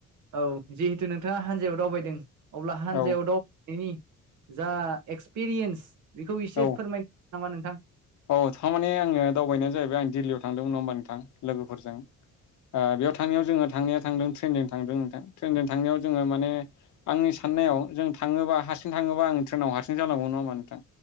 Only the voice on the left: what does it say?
औ
औ
औ थारमाने आङो दावबायनायानो जाहैबाय आं दिल्लीयाव थांदोंमोन नङा होमबा नोंथां लोगोफोरजों। ओ बेयाव थांनायाव जोङो थांनाया थांदों ट्रेनजों थांदों नोंथां ट्रेनजों थांनायाव जोङो माने आंनि साननायाव जों थाङोबा हारसिं थाङोबा आं ट्रेनाव हारसिं जानांगौ नङा होमबा नोंथां।